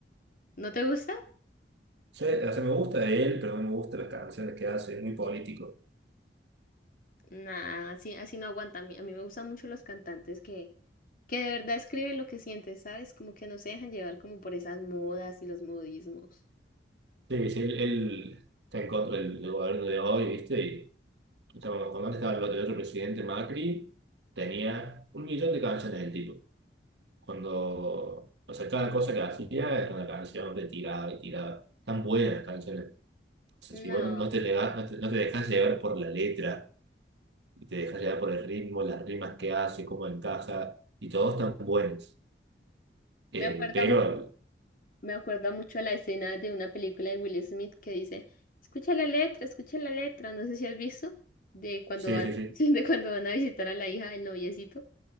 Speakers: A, on the left; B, on the right.
A: ¿No te gusta?
B: Sí, o sea, me gusta él, pero no me gustan las canciones que hace, es muy político.
A: Nah, así, así no aguanta. A mí, a mí me gustan mucho los cantantes que, que de verdad escriben lo que sienten, ¿sabes? Como que no se dejan llevar como por esas modas y los modismos.
B: Sí, sí, él, él está en contra del, del gobierno de hoy, ¿viste? Y estaba- cuando antes estaba el otro, el otro presidente Macri, tenía un millón de canciones del tipo. Cuando, o sea, cada cosa que hacía era una canción de tirada y tirada. Tan buenas canciones. O sea,
A: No,
B: si vos no, no te, lega- no te, no te dejas llevar por la letra, y te dejas llevar por el ritmo, las rimas que hace, cómo encaja, y todos están buenos. Eh,
A: me acuerda
B: pero,
A: mu- Me acuerda mucho a la escena de una película de Will Smith que dice, escucha la letra, escucha la letra, no sé si has visto, de cuando
B: sí,
A: van,
B: sí, sí,
A: <laughs> sí, de cuando van a visitar a la hija del noviecito.